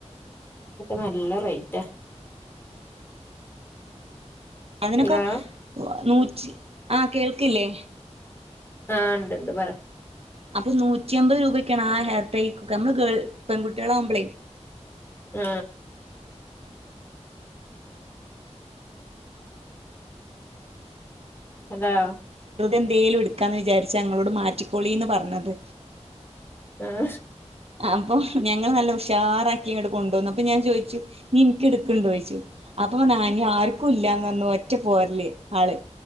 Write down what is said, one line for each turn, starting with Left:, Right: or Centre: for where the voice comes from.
Left: നല്ല റേറ്റാ
Right: അതിനൊക്കെ
Left: ഹലോ
Right: നൂറ്റി ആ കേൾക്കില്ലേ
Left: ആ ഉണ്ട്ണ്ട് പറ
Right: അപ്പം നൂറ്റി അമ്പത് രൂപ ഒക്കെണ് ആ ഹെയർ ടൈക്കൊക്കെ നമ്മള് പെൺകുട്ടികളാകുമ്പളേ
Left: ആ അതാ
Right: എന്തേലും എടുക്കാന്ന് വിചാരിച്ച ഞങ്ങളോട് മാറ്റിക്കൊളീ പറഞ്ഞത്
Left: ആഹ്
Right: അപ്പം ഞങ്ങള് നല്ല ഉഷാറാക്കി അങ്ങട് കൊണ്ടുവന്നു അപ്പൊ ഞാൻ ചോയിച്ചു ഇനിൻക്ക്ട്ക്ക്ണ്ടോന്നു ചോയിച്ചു അപ്പ അപ്പം ആ ഇനി ആർക്കും ഇല്ലാന്നു പറഞ്ഞു ഒറ്റ പോരല് ആള്